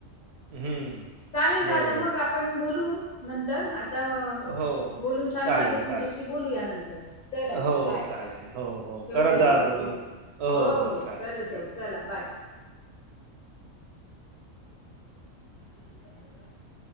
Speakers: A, on the right (about 65°); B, on the left (about 35°).
A: हम्म
B: चालेल दादा
A: बरोबर
B: मग आपण बोलू नंतर आ <unintelligible>
A: हो.
B: बोलून छान
A: चालेल,
B: वाटलं तुमच्याशी,
A: चालेल.
B: बोलू या नंतर चला
A: हो,
B: मग बाय.
A: चालेल. हो, हो.
B: ठेऊूया
A: करत जा
B: मग
A: दोन.
B: फोन, हो हो
A: चालेल.
B: करत
A: ठीक.
B: जाऊ चला बाय. <unintelligible>